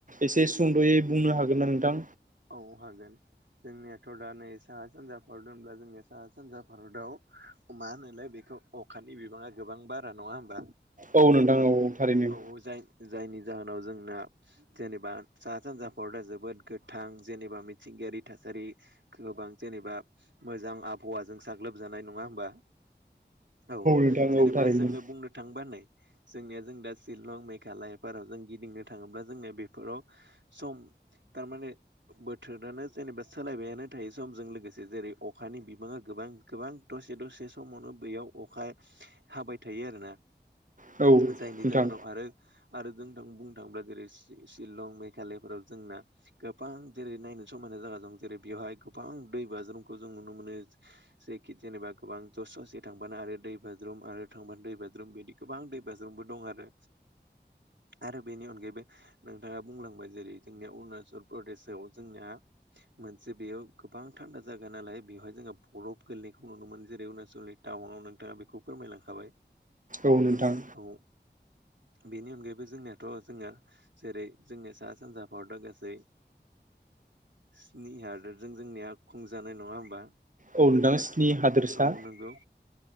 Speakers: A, on the right; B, on the right.
A: एसे सुंद' दे बुंनो हागोनना नोंथां
B: औ हागोन ज जोंनियाथ' दा नै साहा सानजा भारत होनब्ला जोंनि साहा सानजा भारतआव मा होनोलाय बेखौ अखानि बिबाङा गोबां बारा नङा होमबा
A: औ नोंथां औ थारैनो
B: औ जाय जायनि जाहोनाव जोंना जेनेबा साहा सानजा भारदा जोबोद गोथां जेनेबा मिथिंगायारि थासारि ख्लोब बां जेनेबा मोजां आबहावाजों साग्लोबजानाय नङा होमबा औ
A: नोंथां
B: जेनेबा
A: औ थारैनो
B: जोङो बुंनो थांबा नै जोंनिया जों दा शिलं मेघालयाफोराव जों गिदिंनो थाङोब्ला जोंनो बेफोराव सम थारमाने बोथोरानो जेनेबा सोलायबाया- नो थायो समजों लोगोसे जेरै अखानि बिबाङा गोबां गोबां दसे दसे समावनो बैयाव अखा हाबाय थायो आरोना
A: औ
B: जायनि
A: नोंथां
B: जाहोनाव आरो आरो जों बुंनो थाङोब्ला जेरै- सि-सिलं मेघालयाफोराव जोंना गोबां जेरै नायनो समायना जागा दं जेरै बेवहाय गोबां दै बाज्रुमखौ जों नुनो मोनो जेखि जेनेबा गोबां ससे ससे थांबानो आरो दै बाज्रुम आरो थांबानो दैबाज्रुम बिदि गोबां दै बाज्रुमबो दं आरो आरो बेनि अनगायैबो नोंथाङा बुंलांबाय जेरै जोंनिया अरुणाचल प्रदेशआव जोंनिया मोनसे बेयाव गोबां थान्दा जागा नालाय बेवहाय जोङो बरफ गोलैनायखौ नुनो मोनो जेरै अरुणाचलनि टाउनाव नोंथाङा बेखौ फोरमायलांखाबाय
A: औ नोंथां
B: औ बेनि अनगायैबो जोंनियाथ जोङो जेरै -जोंनिया सा सानजा भारदा गासै स्नि हादोरजों जोंनिया खुंजानाय नङा होमबा?
A: औ नोंथां स्नि हादोरसा
B: औ नोंगौ